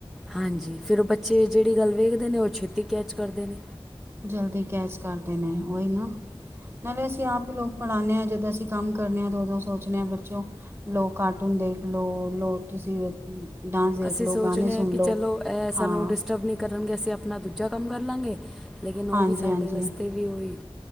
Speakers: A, in the centre; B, on the right.
A: ਹਾਂਜੀ, ਫਿਰ ਉਹ ਬੱਚੇ ਜਿਹੜੀ ਗੱਲ ਵੇਖਦੇ ਨੇ ਉਹ ਛੇਤੀ ਕੈਚ ਕਰਦੇ ਨੇ।
B: ਜਲਦੀ ਕੈਚ ਕਰਦੇ ਨੇ ਉਹੀ ਨ ਨਾਲੇ ਅਸੀਂ ਆਪ ਹੀ ਲੋਕ ਪੜ੍ਹਾਉਂਦੇ ਹਾਂ ਜਦੋਂ ਅਸੀਂ ਕੰਮ ਕਰਨੇ ਹਾਂ ਤਾਂ ਉਦੋਂ ਸੋਚਦੇ ਹਾਂ ਬੱਚੋਂ ਲੌ ਕਾਰਟੂਨ ਦੇਖ ਲਓ, ਲੋ ਤੁਸੀਂ ਡਾਂਸ ਦੇਖ
A: ਅਸੀਂ
B: ਲਓ
A: ਸੋਚਦੇ
B: ਗਾਣੇ ਸੁਣ
A: ਹਾਂ ਕਿ
B: ਲਓ
A: ਚਲੋ ਇਹ
B: ਹਾਂ
A: ਸਾਨੂੰ ਡਿਸਟਰਬ ਨਹੀਂ ਕਰਨਗੇ। ਅਸੀਂ ਆਪਣਾ ਦੂਜਾ ਕੰਮ ਕਰ ਲਵਾਂਗੇ, ਲੇਕਿਨ ਓ
B: ਹਾਂਜੀ
A: ਵੀ ਸਾਡੇ
B: ਹਾਂਜੀ
A: ਵਾਸਤੇ ਵੀ ਓਹੀ